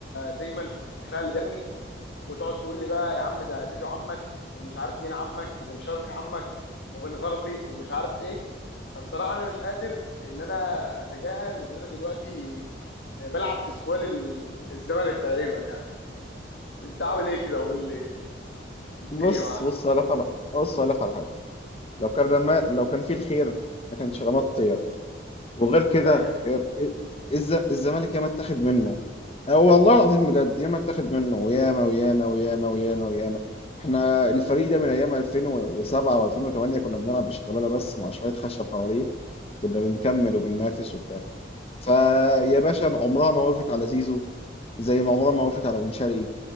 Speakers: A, on the left; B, on the left.
A: دايما كنت بتحرق لي دمي وتقعد تقول لي بقى يا عم ده زيزو عمك ومش عارف مين عمك وبن شرقي عمك وبن غربي ومش عارف ايه فبصراحه انا مش قادر ان انا اتجاهل ان انا دلوقتي بلعب بسكواد ال- الزمالك تقريبا يعني انت عامل ايه كده وقول لي الدنيا
B: بص
A: معاك
B: بص أقول لك على بص أقول لك على حاجة لو كان رما لو كان فيه الخير ما كانش رمى الطياب وغير
A: يا
B: كده
A: مزاجك
B: إيه، إيه، الز... الزمالك ياما اتاخد منه أو والله العظيم بجد ياما اتاخد منه وياما وياما وياما وياما وياما احنا الفريق ده من أيام 2007 و2008 كنا بنلعب بشيكابالا بس مع شوية خشب حواليه كنا بنكمل وبننافس وبتاع فيا باشا عمرها ما وقفت على زيزو زي ما عمرها ما وقفت على بن شرقي